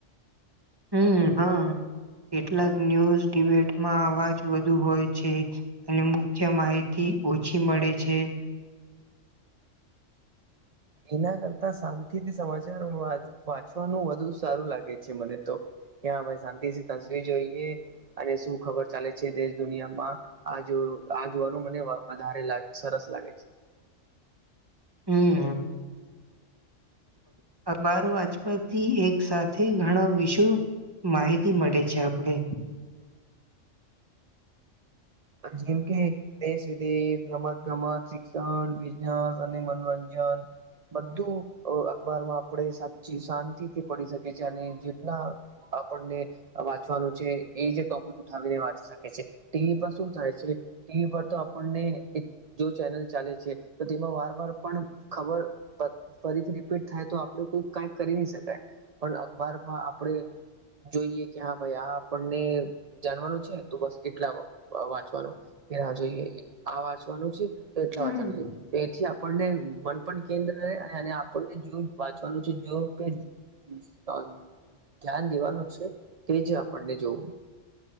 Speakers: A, on the right (about 20°); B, on the right (about 45°).
A: હમ હા કેટલાક ન્યૂઝ ડિબેટમાં અવાજ વધુ હોય છે અને મુખ્ય માહિતી ઓછી મળે છે
B: એના કરતા શાંતિથી સમાચાર હ વાજ વાંચવાનું વધુ સારું લાગે છે મને તો ક્યાં ભાઈ શાંતિ થી તસવીર જોઈએ અને શું ખબર ચાલે છે દેશ દુનિયામાં આ જો આ જોવાનું મને વધારે લાગે સરસ લાગે છે
A: હમ બાર વાજપાથી એક સાથે ઘણ વિશવ માહિતી મળે છે આપણે
B: જેમ કે દેશ વિદેશ રમત ગમત શિક્ષણ બિઝનેસ અને મનોરંજન બધું અખબારમાં આપણે સાચી શાંતિથી પડી શકી છે, અને જેટલા
A: <unintelligible> <inaudible>
B: આપણને વાંચવાનું છે, એ જે ટોપિક ઉઠાવીને વાંચી શકે છે, ટીવી પર શું થાય છે, ટીવી પર તો આપણને એ જો ચેનલ ચાલે છે, તો તેમાં વાર વાર પણ ખબર ફરીથી રીપીટ થાય તો આપડે કોઈ કઈ કરી નહી શકાય પણ અબાર પણ આપણેે જોઈએ કે હા ભાઈ આ આપણને જાણવાનું છે, તો બસ એટલા હો વ વાંચવાનું. ત્યાં જોઈએ આ વાંચવાનું છે, તે એટલા
A: હમ્મ.
B: વાંચવાનું છે. એથી આપણને મનપણ કેન્દ્ર રહે અને આપણને જો વાંચવાનું છે જો પેન <unintelligible> ધ્યાન દેવાનું છે, તેજ આપણને જોવું.